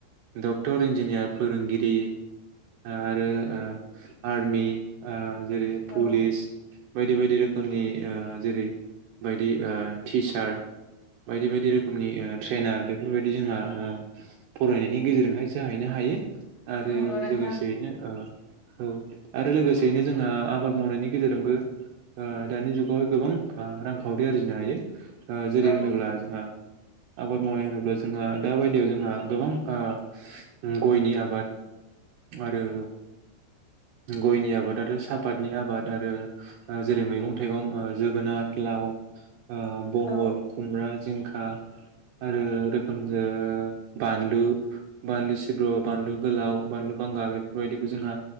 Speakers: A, on the right; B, on the left.
A: डक्टर इन्जिनियार फोरोंगिरि आरो आ आर्मि आ जेरै पुलिस
B: औ
A: बायदि बायदि रोखोमनि ओ जेरै बायदि ओ टिचार बायदि बायदि रोखोमनि ओ ट्रेनार बेफोरबायदि जोंहा ओ फरायनायनि गेजेरजोंहाय जाहैनो हायो। आरो
B: नंगौ नोंथां
A: लोगोसेयैनो ओ औ आरो लोगोसेयैनो जोंहा आबाद मावनायनि गेजेरजोंबो ओ दानि जुगाव गोबां आ रांखावरि आरजिनो हायो। आ जेरै
B: औ
A: होनोब्ला जोंहा आबाद मावनाय होनोब्ला जोंहा दा बायदियाव जोंहा गोबां ओ उम गयनि आबाद आरो गयनि आबाद आरो सापातनि आबाद आरो ओ जेरै मैगं थाइगं ओ जोग गोनात लाव ओ बहल,
B: औ
A: खुमब्रा, जिंख आं आरो रोखोमजो बानलु बानलु सिब्रु बानलु गोलाव बानलु बांगाल बेफोरबायदिखौ जोंहा